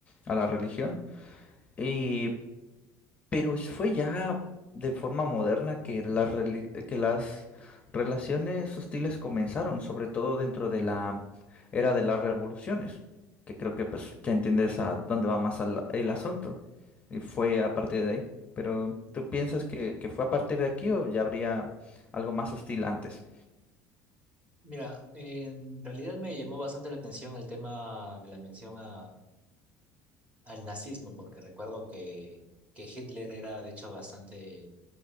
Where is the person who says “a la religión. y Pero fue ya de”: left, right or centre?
Left